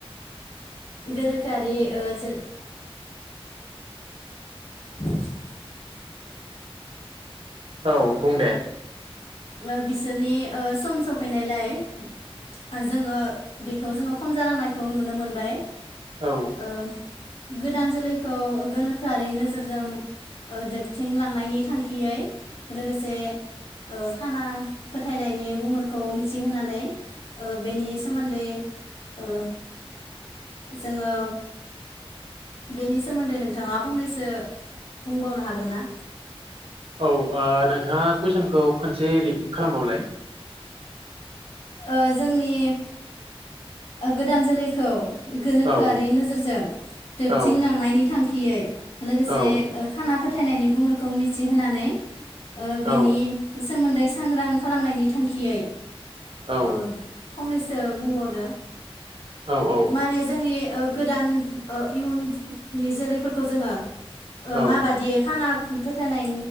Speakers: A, on the left (about 70°); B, on the right (about 65°).
A: गोनोखोआरारि ओ ज <inaudible>
B: औ बुंदे।
A: <unintelligible> सोनि ओसम सफैनाय लाय ओ जोंङो बेखौ जोंङो खम जालांनायखौ नुनो मोनबाय।
B: औ
A: <inaudible> गोदान जोलैखौ गोनोखोआरि नोजोरजों ओ दोबथिंलांनायनि थांखियै, लोगोसे ओ खाना फोथायनायनि गुमुरखौ मिथिहोनानै ओ बेनि सोमोन्दै ओ जोङो बेनि सोमोन्दै नोंथाङा फंनैसो बुंबावनो हागोन ना?
B: औ ओ नोंथाङा कुइसनखौ खनसे रिपिट खालामबावलाय।
A: ओ जोंनि गोदान जोलैखौ गोनोखोआरि
B: औ
A: नोजोरजों दोबथिं
B: औ
A: लांनायनि थांखि इयै। लोगोसे
B: औ
A: ओ खाना फोथायनायनि गुमुरखौ मिथिहोनानै ओ
B: औ।
A: बेनि सोमोन्दै सांग्रां खालामनायनि थांखियै
B: औ।
A: ओ फंनैसो बुंबावदो।
B: औ ओ
A: माने जोंनि ओ गोदान ओ इयुननि जोलैफोरखौ जोङो ओ
B: औ
A: माबादियै खाना फोथायनाय